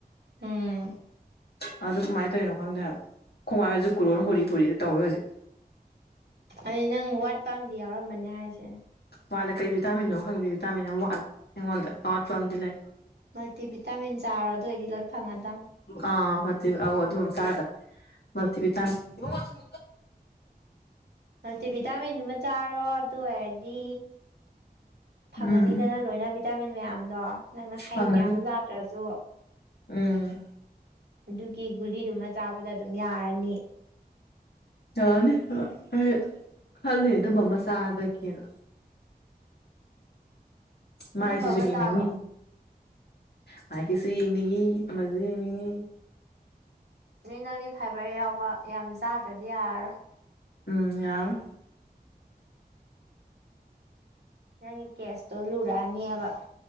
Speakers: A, on the right (about 85°); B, on the left (about 80°).
A: ꯎꯝ
B: <inaudible> ꯑꯗꯣ ꯀꯃꯥꯏꯅ ꯇꯧꯔꯤꯅꯣ ꯈꯪꯗꯦ ꯍꯥꯏꯕ <unintelligible> ꯀꯨꯔꯣꯟ ꯍꯣꯔꯤ ꯍꯣꯔꯤ ꯇꯧꯋꯦ ꯍꯧꯖꯤꯛ
A: ꯑꯩ ꯅꯪ ꯋꯥꯠꯄ ꯑꯝꯗꯤ ꯌꯥꯎꯔꯝꯃꯅꯤ ꯍꯥꯏꯁꯤꯅꯦ
B: ꯋꯥꯠꯂꯦ ꯀꯩ ꯚꯤꯇꯥꯃꯤꯟꯅꯅꯣ ꯈꯪꯗꯦ ꯚꯤꯇꯥꯃꯤꯟ ꯑꯃ ꯋꯥꯠꯂꯦ ꯑꯩꯉꯣꯟꯗ ꯑꯋꯥꯠꯄ ꯑꯃꯗꯤ ꯂꯩ
A: ꯃꯜꯇꯤꯚꯤꯇꯥꯃꯤꯟ ꯆꯥꯔꯣ ꯑꯗꯨ ꯑꯣꯏꯗꯤ ꯂꯣꯏ ꯐꯪꯉꯗꯝꯅꯦ
B: ꯑꯥ ꯃꯜꯇꯤ ꯑꫭ ꯑꯗꯨ ꯑꯃ ꯆꯥꯔꯗꯨꯕꯅꯦ ꯃꯜꯇꯤꯚꯤꯇꯥꯃꯤꯟ <unintelligible>
A: ꯃꯜꯇꯤꯚꯤꯇꯥꯃꯤꯟꯗꯨꯃ ꯆꯥꯔꯣ ꯑꯗꯨ ꯑꯣꯏꯔꯗꯤ ꯐꯪꯉꯅꯤꯗꯅ
B: ꯎꯝ
A: ꯂꯣꯏꯅ ꯚꯤꯇꯥꯃꯤꯟ ꯃꯌꯥꯝꯗꯣ ꯅꯪꯅ ꯍꯩ
B: ꯐꯪꯉꯅꯤ
A: ꯃꯌꯥꯝ ꯌꯥꯥꯗ꯭ꯔꯁꯨ
B: ꯎꯝ꯫
A: ꯑꯗꯨꯒꯤ ꯒꯨꯂꯤꯗꯨꯃ ꯆꯥꯕꯗ ꯑꯗꯨꯝ ꯌꯥꯔꯅꯤ
B: ꯌꯥꯅꯤ ꯑꯩ ꯈꯜꯂꯤ ꯑꯗꯨꯝ ꯃꯥ ꯑꯃ ꯆꯥꯕꯒꯤꯅ
A: ꯑꯗꯨꯝꯕ
B: ꯃꯥꯥꯏꯁꯤꯁꯨ
A: ꯑꯃ
B: ꯌꯦꯡꯅꯤꯡꯉꯤ
A: ꯆꯥꯔꯣ
B: ꯃꯥꯥꯏꯒꯤꯁꯨ ꯌꯦꯡꯅꯤꯡꯉꯤ ꯑꯃꯁꯨ ꯌꯦꯡꯅꯤꯡꯏ
A: ꯅꯪꯗꯤ ꯐꯥꯏꯕꯔ ꯌꯥꯎꯕ ꯌꯥꯝ ꯆꯥꯗ꯭ꯔꯗꯤ ꯌꯥꯔꯔꯣꯏ
B: ꯎꯝ ꯌꯥꯔꯔꫭꯏ
A: ꯅꯪꯒꯤ ꯀꯦꯁꯇꯣ ꯂꯨꯔꯛꯑꯅꯦꯕ